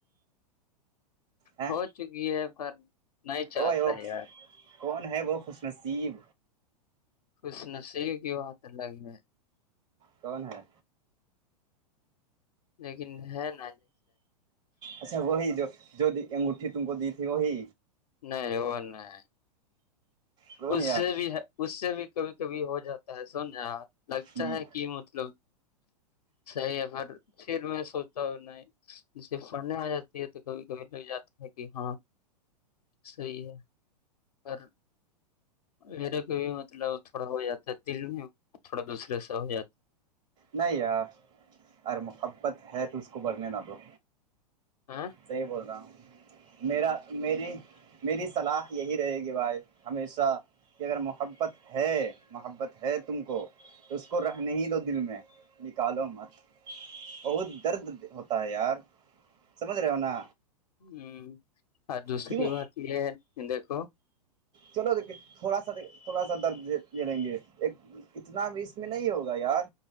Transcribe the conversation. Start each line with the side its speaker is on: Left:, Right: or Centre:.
Right: ہ
Left: ہو چکی ہے پر نہیں چاہتا
Right: کو وہ
Left: یار
Right: کون ہے وہ خوش نصیب
Left: خش نہ سےیگ کی ہواتر لگے
Right: کون ہے
Left: لیکن ہے ن
Right: اچھا وہی جو جو انگوٹھی تم کو دی تھی وہی
Left: نہیں ہو نہیں
Right: کون
Left: اس
Right: یار
Left: سے بھی ہے اس سے بھی کبھی کبھی ہو جاتا ہے سون رہا لگتا
Right: ہ
Left: ہے کہ مطلب صحیح ہے پر پھر میں سوچتا ہوں نہیں جسے پڑھنے آ جاتے ہے تو کبھی کبھی لگ جاتا ہے کہ ہاں صحیح ہے اور <unintelligible> میرے کا بھی مطلب تھوڑا ہو جاتا ہے دل میں تھوڑا دوسرے سے ہو جاتا
Right: نہیں یار ار محبت ہے تو اس کو بھرنے نہ دو
Left: آاں <unintelligible>
Right: صحی بول رہا ہوں میرا میری میری صلاح یہی رہے گی بھائی ہمیشہ کہ اگر محبت ہے محبت ہے تم کو تو اس کو رہنے ہی دو دل میں نکالو مت بہت درد ہوتا ہے یار سمجھ رہے ہو نا
Left: ہوں اور دوسری
Right: کیوں
Left: بات یہ ہے دیکھو
Right: چلو دیکھیے تھوڑا سا د تھوڑا سا درد لے لیں گے ایک اتنا بھی اس میں نہیں ہوگا یار